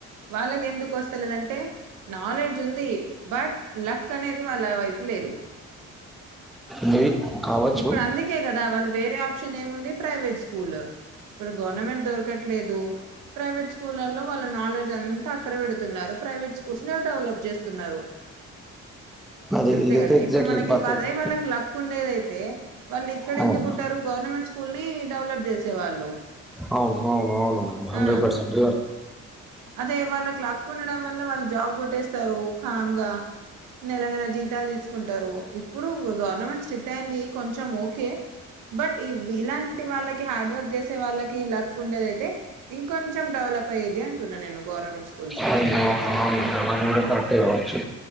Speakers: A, on the right; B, in the centre.
A: వాళ్ళకి ఎందుకు వస్తలేదంటే నాలెడ్జ్ ఉంది బట్ లక్ అనేది వాళ్ళ వైపు లేదు
B: మేబి కావచ్చు
A: ఇప్పుడు అందుకే కదా వాళ్ళు వేరే ఆప్షన్ ఏముంది ప్రైవేట్ స్కూల్ ఇప్పుడు గవర్నమెంట్ దొరకట్లేదు ప్రైవేట్ స్కూలల్లో వాళ్ళ నాలెడ్జ్ అంతా అక్కడ పెడుతున్నారు ప్రైవేట్ స్కూల్లో డెవలప్ చేస్తున్నారు
B: అదే
A: అంతే
B: ఇదైతే
A: కదా
B: ఎగ్జాక్ట్లీ
A: ఇప్పుడు మనకి
B: పర్ఫెక్ట్
A: అదే వాళ్ళకి లక్ ఉండేది అయితే వాళ్ళు ఇక్కడ
B: అవును
A: ఎందుకుంటారు గవర్నమెంట్ స్కూల్ని డెవలప్ చేసేవాళ్ళు
B: అవును అవును వును హండ్రెడ్
A: ఆ
B: పర్సెంట్
A: అదే వాళ్ళక్ లక్ ఉండడం వల్ల వాళ్ళు జాబ్ కొట్టేస్తారు కామ్ గ నెల నెల జీతాలు తీసుకుంటారు ఇప్పుడు గవర్నమెంట్ స్ట్రిట్ అయింది కొంచెం ఒకే బట్ ఇలాంటి వాళ్ళకి హడ్ వర్క్ చేసే వాళ్ళకి లక్ ఉండేద అతే ఇంకొంచెం డెవలప్ అయ్యేది అంటున్న నేను గవర్నమెంట్ కూల్స్
B: అవును అవును అవును అది కూడా కరెక్టే కావచ్చు